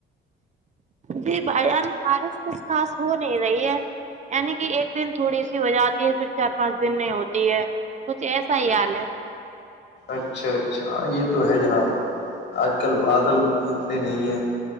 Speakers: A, on the right (about 35°); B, on the left (about 60°).
A: جی بھائی جان بارس کچھ خاص ہو نہیں رہی ہے یعنی کہ ایک دن تھوڑی سی ہو جاتی ہے پھر چار پانچ دن نہیں ہوتی ہے کچھ ایسا ہی حال ہے
B: اچھا اچھا یہ تو ہے جناب آج کل بادل بھی اتنے نہیں ہیں